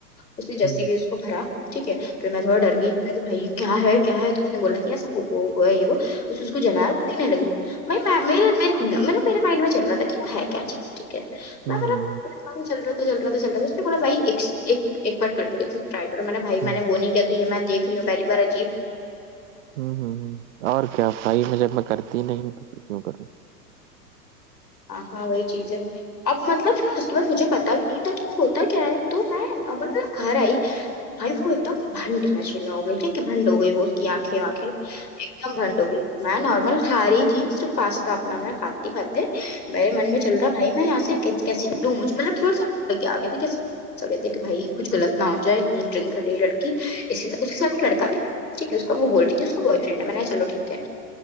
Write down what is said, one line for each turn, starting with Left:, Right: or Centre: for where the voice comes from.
Left: اس نے جیسے
Right: ہ
Left: بھی اس کو بھرا ٹھیک ہے پھر میں تھوڑا ڈر گئی میں بھائی کیا ہے کیا ہے تو اس نے بولا کہ ایسا ہو ہے یہ وہ کچ اس کو جلایا وہ دینے لگی نہیں م م م میرے مائنڈ میں چل رہ تھا کہ وہ ہے کیا چیز ٹھیک ہے میں
Right: ہ ہ
Left: م چل رہات چل رہا چل رہاا بائی ایکار کر کے د کر بائی ب
Right: ہ ہ
Left: تو یہ میں دیک رہی ہوں پہلی ب عجیب
Right: ہوں ہ ہ اور کیا پھائی میں جب میں کرتی نہیں ہوں تو پھر کیوں کروں
Left: ہاں ہاں وہی چیز ہے اب مطلب اس بار مجھے پتا بھی نہیں تھا کہ وہ ہوتا کیا ہے تو میں مطلب گھر آئی بھ وہ ایک دم بھنڈ نا چ ن ہو گئی ٹھیک کہ بھڈ ہو گئی وہ آنکھیں آنکھیں ایک دم بھنڈ ہو گئی تھی میں نارمل کھا رہی تھی صرف پاستا اپنا میں کھاتی کاتے میرے من میں چل رہا بھائی میں یہاںس کیسے لونج مطلب تھوڑا سا کے آ گئے تھے کیسے ا کہتے ہیں کہ بھائی کچھ غلط نہ ہو جائے نیٹ ڈرنگ کری لڑکی اس اس کے سھ ایک لڑک بھی تھا ٹھیک ہے اس کا وہ بول دیتی تھی اس کا بوائے فرینڈ ہے ب چو ٹھیک ہے